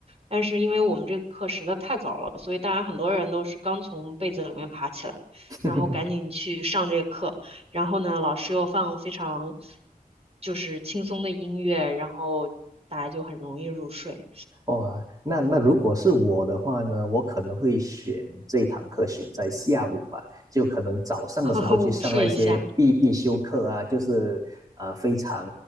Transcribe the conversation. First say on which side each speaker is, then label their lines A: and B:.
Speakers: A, on the right; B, on the right.
A: 但是因为我们这个课实在太早了，所以当然很多人都是刚从被子里面爬起来，
B: <laughs>
A: 然后赶紧去上这个课。然后呢，老师又放非常就是轻松的音乐，然后大家就很容易入睡，
B: 哇，那那如果是我的话呢，我可能会选这一堂课选在下午吧，就可能早上的时候去上那些必必修课啊，
A: <laughs> 午睡一下。
B: 就是啊、非常